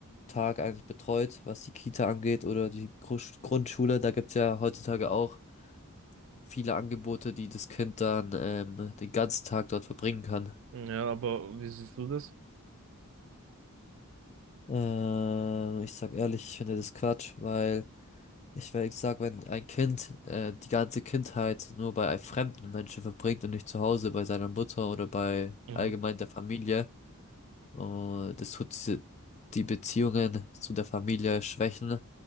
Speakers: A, on the left; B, on the right.
A: Tag eigentlich betreut, was die Kita angeht oder die Grus- Grundschule. Da gibt's ja heutzutage auch viele Angebote, die das Kind dann ähm, den ganzen Tag dort verbringen kann.
B: Ja, aber wie siehst du das?
A: Ähm, ich sag ehrlich, ich finde das Quatsch, weil ich will- ich sag, wenn ein Kind äh, die ganze Kindheit nur bei einem fremden Menschen verbringt und nicht zu Hause bei seiner Mutter oder bei
B: Mhm.
A: allgemein der Familie, Und das tut sie- die Beziehungen zu der Familie schwächen.